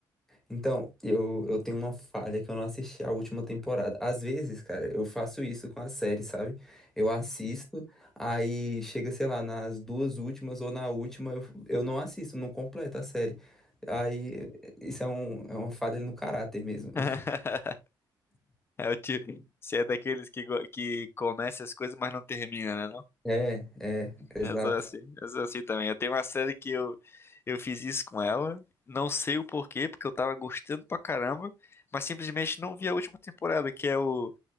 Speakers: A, in the centre; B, on the left (about 30°).
A: Então, eu, eu tenho uma falha que eu não assisti a última temporada. Às vezes, cara, eu faço isso com a série, sabe? Eu assisto, aí chega, sei lá, nas duas últimas ou na última, eu, eu não assisto, não completo a série. Aí, isso é, um, é uma falha no caráter mesmo. <laughs>
B: <laughs> É o tipo, você é daqueles que, go- que começa as coisas, mas não termina, né?
A: É, é, exato.
B: Eu sou assim, eu sou assim também. Eu tenho uma série que eu, eu fiz isso com ela. Não sei o porquê, porque eu tava gostando pra caramba, mas simplesmente não vi a última temporada, que é o